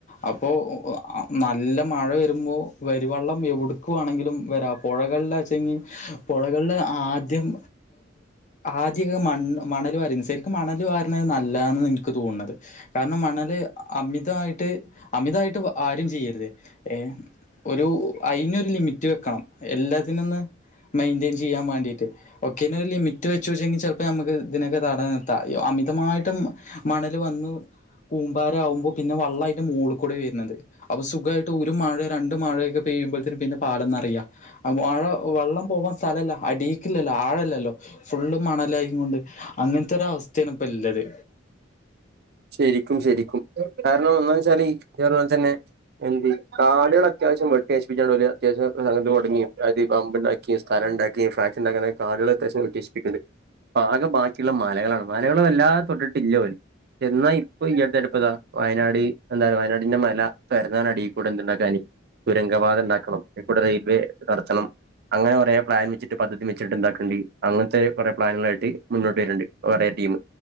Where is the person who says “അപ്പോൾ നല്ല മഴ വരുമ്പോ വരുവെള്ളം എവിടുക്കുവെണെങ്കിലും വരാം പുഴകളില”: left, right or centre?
Left